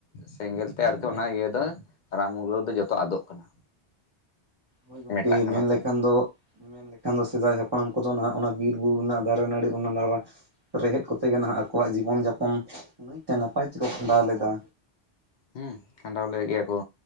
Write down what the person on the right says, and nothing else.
<inaudible>
ᱢᱮᱱ
ᱞᱮᱠᱷᱟᱱ ᱫᱚ ᱢᱮᱱ ᱞᱮᱠᱷᱟᱱ ᱫᱚ ᱥᱮᱫᱟᱭ ᱦᱟᱯᱲᱟᱢ ᱠᱚᱫᱚ ᱱᱟᱦᱟᱜ ᱚᱱᱟ ᱵᱤᱨ ᱵᱩᱨᱩ ᱨᱮᱱᱟᱜ ᱫᱟᱨᱮ ᱱᱟᱹᱲᱤ ᱚᱱᱟ ᱱᱟᱨᱟ ᱨᱮᱦᱮᱫ ᱠᱚᱛᱮ ᱜᱮ ᱱᱟᱦᱟᱜ ᱟᱠᱚᱣᱟᱜ ᱡᱤᱵᱚᱱ ᱡᱟᱯᱚᱱ ᱱᱟᱭ ᱛᱮ ᱱᱟᱯᱟᱭ ᱛᱮᱠᱚ ᱠᱷᱟᱸᱰᱟᱣ ᱞᱮᱫᱟ᱾